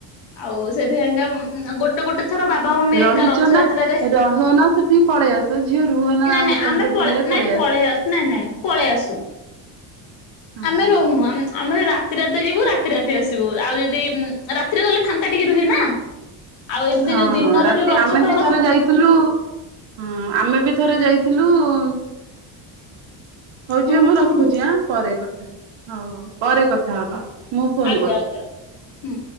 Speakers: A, on the left; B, on the right.
A: ଆଉ ସେଇଥିପାଇଁ କା ଉଁ ଗୋଟ ଟେ ଗୋଟେ ଥର ବାବା ମମି
B: ରହିଛ
A: ଏକା ରଥଯାତ୍ରାରେ
B: ନା ରହନା ସେଠିକି ପଳେଇ ଆସ ଝିଅ ରୁହନା
A: ନାଇଁ
B: ହୋଟେଲ
A: ନାଇଁ ଆମେ
B: ଫୋଟେଲ
A: ପଳେ
B: ରେ
A: ନାଇଁ
B: ଆସ।
A: ପଳେଇ ଆସୁ ନାଇଁ ନାଇଁ ପଳେଇ ଆସୁ।
B: ହଁ
A: ଆମେ
B: ହଁ
A: ରହୁନୁ ଆମେ ଆମେ ରାତ ରାତି ରାତି ଯିବୁ ରାତି ରାତି ଆସିବୁ ଆଉ ଯଦି ଉଁ ରାତିରେ ଗଲେ ଫାଙ୍କା ଟିକେ ରୁହେ ନା। ଆଉ ଏମିତି
B: ହଁ
A: ଯୋଉ ଦିନରେ
B: ହଁ ରାତି
A: ଯୋଉ ରଥ
B: ଆମେ
A: ଟଣା
B: ବି ଥରେ ଯାଇଥିଲୁ ହୁଁ ଆମେ ବି ଥରେ ଯାଇଥିଲୁ ଉଁ ହଉ
A: ହୁଁ
B: ଝିଅ ମୁଁ
A: କୁହନ୍ତୁ
B: ରଖୁଚି ଆଁ ପରେ କଥା ହ ଅ ହଉ ପରେ କଥା ହବା। ମୁଁ ଫୋନ
A: ଆଜ୍ଞା
B: କରୁଛି।
A: ଆଜ୍ଞା ହୁଁ।